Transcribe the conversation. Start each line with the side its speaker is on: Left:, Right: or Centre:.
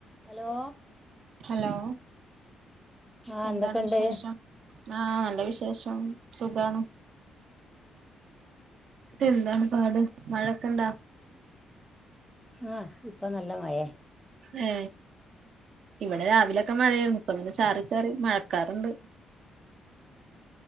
Centre: Hello
Right: hello
Centre: ആഹ്
Right: എന്താണ്
Centre: എന്തൊക്കെണ്ട്
Right: വിശേഷം. ആ നല്ല വിശേഷം. സുഖമാണ്. എന്താണ് പാട് മഴൊക്കെ ഇണ്ടാ
Centre: ആ ഇപ്പ നല്ല മഴയാ.
Right: ഏ ഇവിടെ രാവിലെയൊക്കെ മഴയാണ്. ഇപ്പ അങ്ങനെ ചാറി ചാറി മഴക്കാറുണ്ട്.